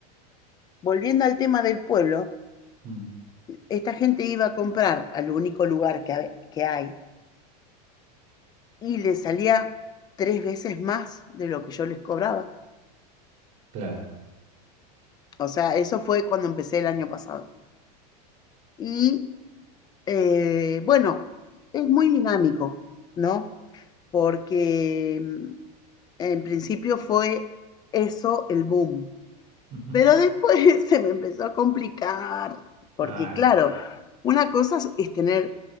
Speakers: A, on the left; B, on the right.
A: volviendo al tema del pueblo,
B: Mm.
A: esta gente iba a comprar al único lugar que, que hay y le salía tres veces más de lo que yo les cobraba.
B: Claro.
A: O sea, eso fue cuando empecé el año pasado. Y eh, bueno, es muy dinámico, ¿no? porque mm, en principio fue eso el boom,
B: Ujú.
A: pero después <laughs> se me empezó a complicar, porque
B: Ah,
A: claro, una cosa es- tener